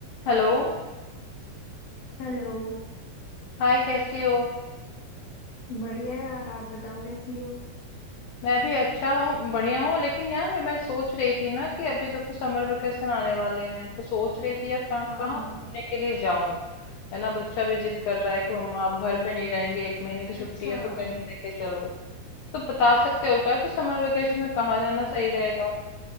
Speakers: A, on the left; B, on the left.
A: हेलो
B: Hello
A: हाय कैसी हो
B: बढ़िया यार आप बताओ कैसी हो
A: मैं भी अच्छा हूँ बढ़िया हूँ लेकिन यार मैं सोच रही थी ना कि अभी देखो समर वेकेशन आने वाले हैं तो सोच रही थी यार कहाँ
B: हाँ
A: कहाँ
B: हाँ
A: घूमने के लिए जाऊं है ना बच्चा भी जिद कर रहा है कि मम्मा आप घर पे नहीं रहेंगे एक महीने की छुट्टी
B: अच्छा
A: है तो
B: हाँ
A: कहीं लेके चलो तो बता सकते हो क्या कि समर वेकेशन में कहाँ जाना सही रहेगा